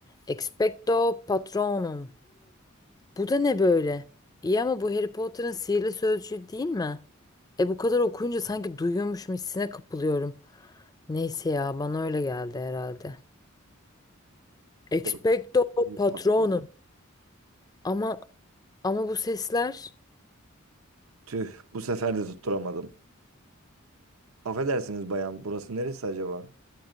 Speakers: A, on the left (about 20°); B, on the right (about 70°).
A: Expecto Patronum. Bu da ne böyle? İyi ama bu Harry Potter'ın sihirli sözcüğü değil mi? E bu kadar okuyunca sanki duyuyormuşum hissine kapılıyorum. Neyse ya bana öyle geldi herhalde. Expecto
B: Peki, bu
A: Patronum.
B: patladı.
A: Ama ama bu sesler
B: Tüh, bu sefer de tutturamadım. Affedersiniz bayan, burası neresi acaba?